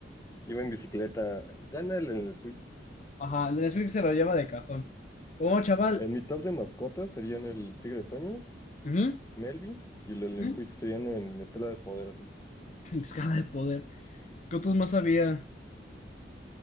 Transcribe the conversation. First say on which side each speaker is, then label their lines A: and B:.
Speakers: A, on the left; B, on the left.
A: iba en bicicleta. Gana el de Nesquik.
B: Ajá, el de Nesquik se lo lleva de cajón. Oh, chaval.
A: En mi top de mascotas serían el Tigre Toño,
B: Ujú,
A: Melvin y el de Nesquik
B: ujú.
A: serían en escala de poder así.
B: <laughs> Escala de poder. ¿Qué otros más había?